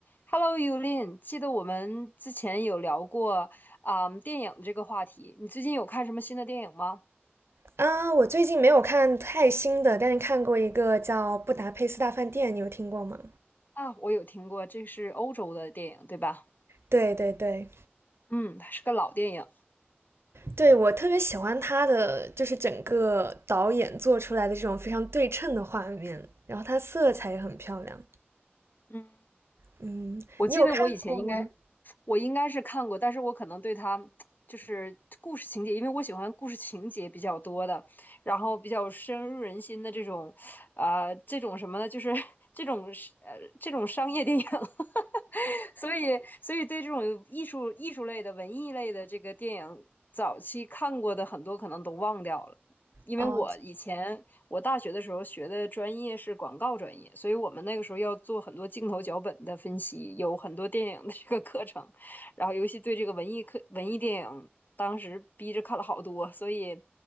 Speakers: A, on the left; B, on the right.
A: Hello, Yulin，记得我们之前有聊过啊、电影这个话题。你最近有看什么新的电影吗？
B: 啊，我最近没有看太新的，但是看过一个叫《布达佩斯大饭店》，你有听过吗？
A: 啊，我有听过，这是欧洲的电影，对吧？
B: 对对对，
A: 嗯，它是个老电影。
B: 对，我特别喜欢他的，就是整个导演做出来的这种非常对称的画面，然后它色彩也很漂亮。
A: 嗯。
B: 嗯，
A: 我记得我以前应该，
B: 你有看过吗？
A: 我应该是看过，但是我可能对它就是故事情节，因为我喜欢故事情节比较多的，然后比较深入人心的这种，啊、这种什么呢？就是 <laughs> 这种是呃这种商业电影，<laughs> 所以所以对这种艺术艺术类的、文艺类的这个电影，早期看过的很多可能都忘掉了。因为我以前我大学的时候学的专业是广告专业，
B: 哦，
A: 所以我们那个时候要做很多镜头脚本的分析，有很多电影的这个课程，然后尤其对这个文艺课、文艺电影，当时逼着看了好多，所以